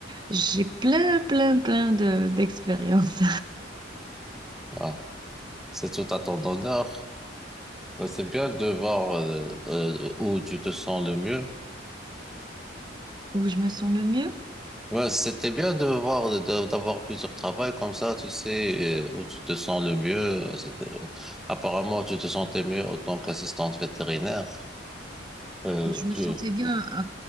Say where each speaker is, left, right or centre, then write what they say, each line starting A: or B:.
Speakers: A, on the right; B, in the centre.
A: J'ai plein, plein, plein de, d'expériences
B: Ah, c'est tout à ton honneur. Bah, c'est bien de voir euh, euh, où tu te sens le mieux.
A: <laughs> où je me sens le mieux.
B: Ouais, c'était bien de voir, de- de- d'avoir plusieurs travails comme ça, tu sais, euh, où tu te sens le mieux. Euh, c'était- euh, apparemment, tu te sentais mieux en tant qu'assistante vétérinaire. Euh,
A: Je
B: plus,
A: me sentais bien euh,